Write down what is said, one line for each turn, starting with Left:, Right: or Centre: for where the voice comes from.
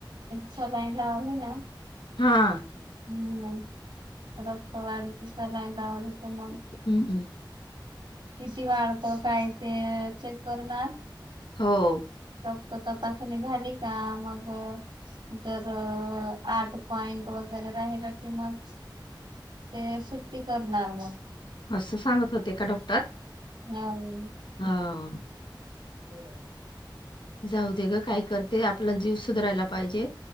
Right: सलाईन लावली ना!
Left: हा!
Right: हम्म रक्त वाढीची सलाईन लावली त मग,
Left: हम्म हम्म.
Right: किती वाढतं काय ते चेक करणार.
Left: हो!
Right: रक्त तपासणी झाली का मग, तर आठ पॉइंट वगैरे राहिला कि मग ते सुट्टी करणार मग,
Left: असं सांगत होते का डॉक्टर
Right: नाही.
Left: हव.
Right: हो.
Left: जाऊ दे ग काय करते, आपला जीव सुधरायला पाहिजे.